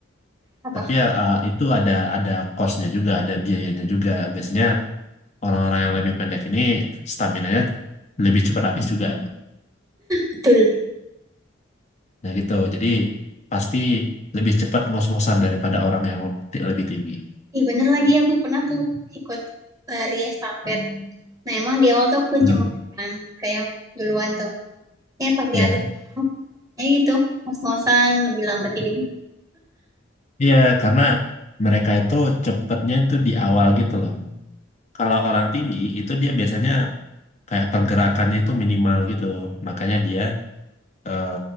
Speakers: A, on the right (about 20°); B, on the left (about 35°).
A: apa?
B: tapi ya eh, itu ada ada costnya juga, ada biayanya juga. Biasanya orang-orang yang lebih pendek ini stamina-nya lebih cepat habis juga.
A: Betul.
B: Nah gitu, jadi pasti lebih cepat ngos-ngosan daripada orang yang ti- lebih tinggi.
A: Iya bener lagi aku pernah tuh ikut lari estafet. Nah emang di awal tuh aku
B: Hmm.
A: cengok kan kayak duluan tuh. Eh pas di
B: Iya,
A: akhir ya gitu ngos-ngosan lebih lambat jadi
B: Iya, karena mereka itu cepetnya itu di awal gitu loh. Kalau orang tinggi itu dia biasanya kayak pergerakannya itu minimal gitu, makanya dia eh,